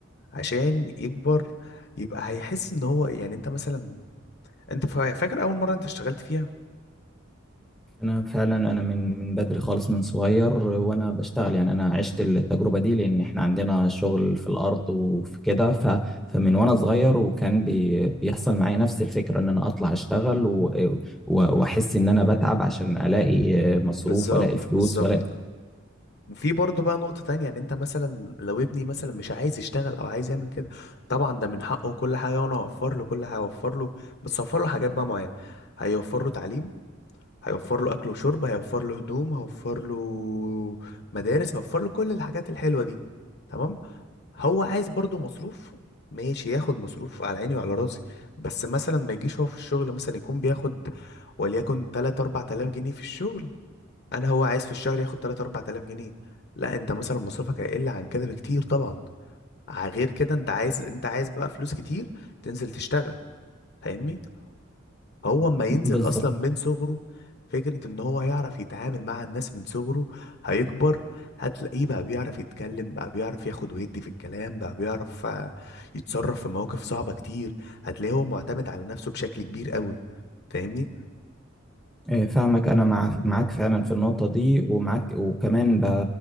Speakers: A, on the left; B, in the centre.
A: عشان يكبر يبقى هيحس ان هو يعني انت مثلا انت فا- فاكر اول مره انت اشتغلت فيها
B: انا فعلا انا من من بدري خالص من صغير وانا بشتغل يعني انا عشت التجربه دي لان احنا عندنا شغل في الارض وفي كده ف- فمن وانا صغير وكان بي بيحصل معايا نفس الفكره ان انا اطلع اشتغل و- و- واحس ان انا بتعب عشان الاقي مصروف
A: بالظبط
B: والاقي فلوس
A: بالظبط
B: والاقي
A: وفي برضه بقى نقطه تانية يعني انت مثلا لو ابني مثلا مش عايز يشتغل او عايز يعمل كده طبعا ده من حقه وكل حاجه وانا هوفر له كل حاجه هوفر له بس هوفر له حاجات بقى معينه هيوفر له تعليم هيوفر له اكل وشرب هيوفر له هدوم هيوفر له مدارس هيوفر له كل الحاجات الحلوه دي تمام هو عايز برضو مصروف ماشي ياخد مصروف على عيني وعلى راسي بس مثلا ما يجيش هو في الشغل مثلا يكون بياخد وليكن 3 4000 جنيه في الشغل انا هو عايز في الشهر ياخد 3 4000 جنيه لا انت مثلا مصروفك هيقل عن كده بكتير طبعا ع- غير كده انت عايز انت عايز بقى فلوس كتير تنزل تشتغل فاهمني هو اما ينزل
B: بالظبط
A: اصلا من صغره فكرة ان هو يعرف يتعامل مع الناس من صغره هيكبر هتلاقيه بقى بيعرف يتكلم بقى بيعرف ياخد ويدي في الكلام بقى بيعرف آه، يتصرف في مواقف صعبة كتير هتلاقيه هو معتمد على نفسه بشكل كبير قوي فاهمني
B: إيه، فاهمك انا مع معاك فعلا في النقطه دي ومعاك وكمان ب...